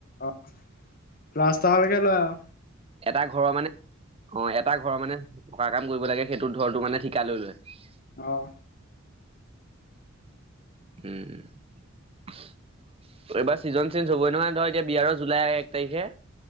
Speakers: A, on the left; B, on the right.
A: অ' প্লাস্তাৰ লৈকে লয় আও।
B: এটা ঘৰৰ মানে- অ' এ তাৰ ঘৰৰ মানে পকা কাম কৰিব লাগে, সেইটো ঘৰটো মানে ঠিকা লৈ লয়।
A: অ',
B: উম। এইবাৰ ছিজন চেঞ্জ হ'বই নহয় ন। ধৰ এতিয়া বিয়াৰৰ জুলাই এক তাৰিখে।